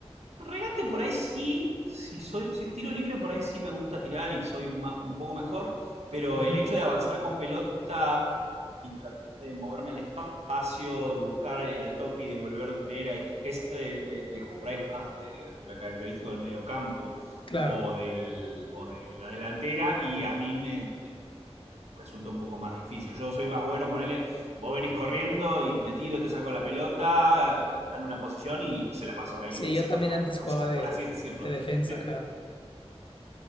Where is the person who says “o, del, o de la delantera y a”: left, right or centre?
Right